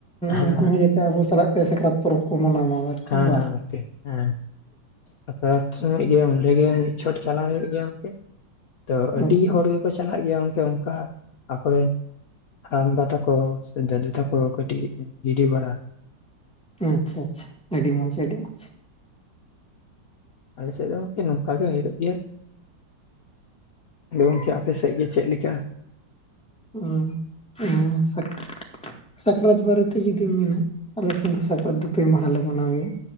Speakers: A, on the left; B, in the centre.
A: ᱦᱮᱸ
B: ᱩᱱᱠᱩ ᱦᱚᱸ ᱡᱟᱛᱮ ᱟᱵᱚ ᱥᱟᱞᱟᱜ ᱛᱮ ᱥᱟᱠᱨᱟᱛ ᱯᱚᱨᱚᱵᱽ ᱠᱚ ᱢᱟᱱᱟᱣᱟ ᱢᱟ <unintelligible>
A: ᱦᱮᱸ ᱦᱮᱸ
B: ᱵᱟ,
A: ᱦᱮᱸ ᱜᱚᱝᱠᱮ, ᱦᱮᱸ ᱥᱟᱠᱨᱟᱛ ᱥᱚᱢᱚᱸᱡ ᱜᱮ ᱚᱸᱰᱮ ᱜᱮ ᱢᱤᱫ ᱪᱷᱚᱴ ᱪᱟᱞᱟᱣ ᱦᱩᱭᱩᱜ ᱜᱮᱭᱟ ᱜᱚᱝᱠᱮ, ᱛᱚ ᱟᱹᱰᱤ
B: ᱟᱪᱪᱷᱟ
A: ᱦᱚᱲ ᱜᱮᱠᱚ ᱪᱟᱞᱟᱜ ᱜᱮᱭᱟ ᱜᱚᱝᱠᱮ ᱚᱱᱠᱟ ᱟᱠᱚᱨᱮᱱ ᱦᱟᱲᱟᱢᱵᱟ ᱛᱟᱠᱚ ᱥᱮ ᱫᱟᱫᱩ ᱛᱟᱠᱚ ᱠᱟᱹᱴᱤᱡ ᱜᱤᱜᱤ ᱵᱟᱲᱟ,
B: ᱟᱪᱪᱷᱟ ᱟᱪᱪᱷᱟ ᱟᱹᱰᱤ ᱢᱚᱡᱽ ᱟᱹᱰᱤ ᱢᱚᱡᱽ,
A: ᱟᱞᱮ ᱥᱮᱫ ᱫᱚ ᱜᱚᱝᱠᱮ ᱱᱚᱝᱠᱟ ᱜᱮ ᱦᱩᱭᱩᱜ ᱜᱮᱭᱟ ᱾ ᱟᱫᱚ ᱜᱚᱝᱠᱮ ᱟᱯᱮ ᱥᱮᱫ ᱜᱮ ᱪᱮᱫ ᱞᱮᱠᱟ?
B: ᱩᱸ ᱩᱸ ᱥᱟᱠ ᱥᱟᱠᱨᱟᱛ ᱵᱟᱨᱮᱛᱮ ᱡᱩᱫᱤᱢ ᱢᱮᱱᱟ ᱟᱞᱮ ᱥᱮᱱ ᱫᱚ ᱥᱟᱠᱨᱟᱛ ᱫᱚ ᱯᱮ ᱢᱟᱦᱟ ᱞᱮ ᱢᱟᱱᱟᱣ ᱜᱮᱭᱟ